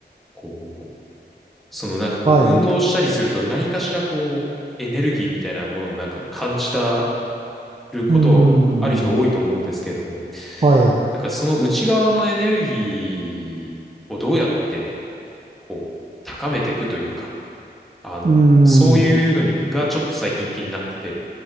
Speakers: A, in the centre; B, on the right (about 35°).
A: こう、そのなんかこう、
B: はい。
A: 運動したりすると何かしらこう、エネルギーみたいなものをなんか感じたることある人多いと思うんですけれども、
B: うん。はい。
A: なんかその内側のエネルギーをどうやってこう高めていくというか、あの、
B: うん。
A: そういうのにがちょっと最近気になってて、